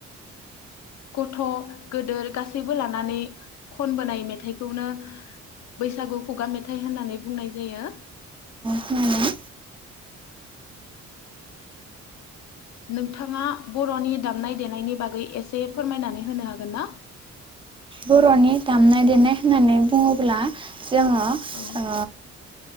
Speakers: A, on the left; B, on the right.
A: गथ' गोदोर गासैबो लानानै खनबोनाय मेथाइखौनो बैसागु खुगा मेथाइ होननानै बुंनाय जायो
B: खोनादों
A: नोंथाङा बर'नि दामनाय देनायनि बागै एसे फोरमायनानै होनो हागोन ना
B: बर'नि दामनाय देनाय होननानै बुङोब्ला जोङो
A: औ
B: ओ